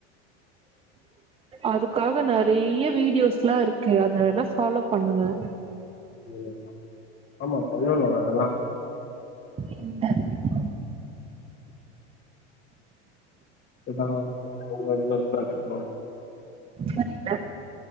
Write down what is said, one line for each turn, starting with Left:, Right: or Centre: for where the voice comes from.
Right: அதுக்காக நிறைய வீடியோஸ் எல்லாம் இருக்கு அத வேண ஃபாலோ பண்ணுங்க
Left: உ ஆமா <unintelligible> வரல்லாம்
Right: ம்
Left: <inaudible>
Right: சரி